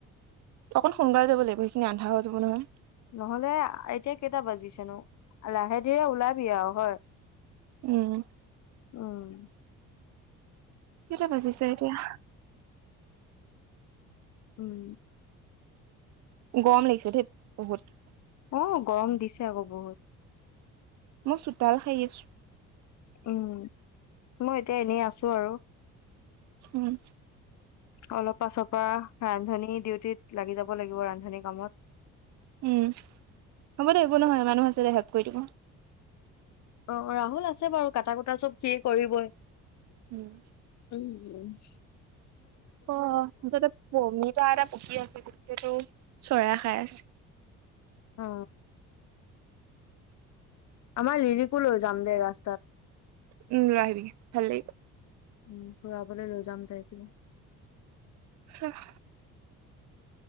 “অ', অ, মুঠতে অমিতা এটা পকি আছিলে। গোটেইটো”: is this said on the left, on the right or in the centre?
Right